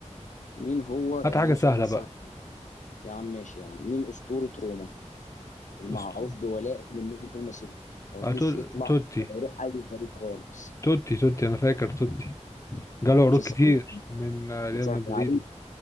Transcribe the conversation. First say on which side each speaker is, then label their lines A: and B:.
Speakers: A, on the left; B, on the left.
A: مين هو يا
B: هات
A: عم
B: حاجه سهله
A: سؤال
B: بقى
A: سهل يا عم ماشي يا عم مين اسطورة روما المعروف
B: أست...
A: بولائه للنبي طول مسيرته ما رضيش
B: آه، تو-
A: يطلع
B: توتي
A: ولا يروح اي فريق خالص
B: توتي توتي انا فاكر توتي جاله
A: مش
B: عروض
A: سهل
B: كتير من آه، ريال
A: بسهل
B: مدريد
A: عليك